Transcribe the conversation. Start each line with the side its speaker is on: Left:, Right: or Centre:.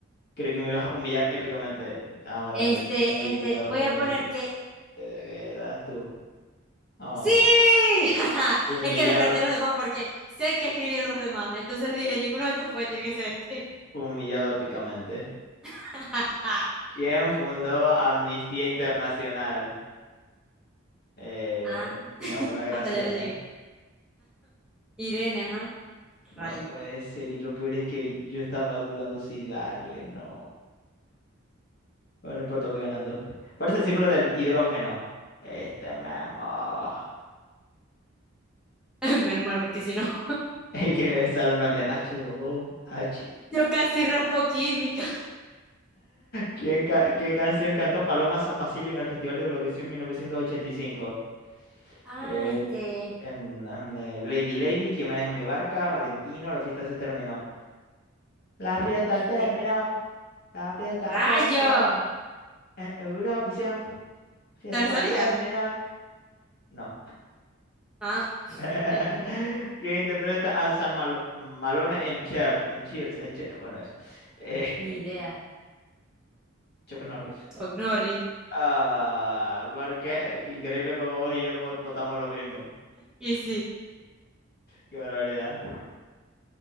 Left: Creo que me ibas a humillar épicamente. Ah, bueno,
Centre: Este,
Left: de ti, Marín,
Centre: este,
Left: de doping,
Centre: voy a
Left: güey.
Centre: poner
Left: Eh,
Centre: que
Left: ¿Qué das tú? Ah,
Centre: sí. <laughs>
Left: humillado,
Centre: Es que descarté a los demás porque sé que escribieron los demás. Entonces dije, ninguno de estos fue, tiene que ser este.
Left: humillado épicamente.
Centre: <laughs>
Left: ¿Quién fundó Amnistía Internacional? Eh,
Centre: Ah,
Left: mi abuela Graciela.
Centre: hasta ya no llegué. Irene, ajá.
Left: No
Centre: Rayo.
Left: puede ser, y lo peor es que yo estaba dudando si darle, no. Bueno, no importa, voy ganando. ¿Cuál es el símbolo del hidrógeno? Este memo. <laughs>
Centre: <laughs> Menos mal, porque si no, <laughs>
Left: Y que estar en plan de H2O, H.
Centre: yo casi raspo química.
Left: ¿Quién ca- qué canción cantó Paloma San Basilio en el Festival de Eurovisión 1985?
Centre: Ah,
Left: Eh,
Centre: este,
Left: em, em, eh, Lady Lady, ¿Quién maneja mi barca? Valentino, la fiesta se terminó. La fiesta
Centre: este,
Left: terminó, la fiesta
Centre: rayo.
Left: terminó, en Eurovisión, fiesta
Centre: ¿Te la sabías?
Left: terminó. No.
Centre: Ah,
Left: <laughs>
Centre: épico.
Left: ¿Quién interpreta a San Malo- Malone en Cher? En Cheers, en Che- bueno, eso. Eh,
Centre: Ni
Left: <laughs>
Centre: idea.
Left: Chuck Norris.
Centre: Ognori.
Left: Ah, porque increíble como vos y yo vo- votamos lo mismo.
Centre: Y sí.
Left: Qué barbaridad.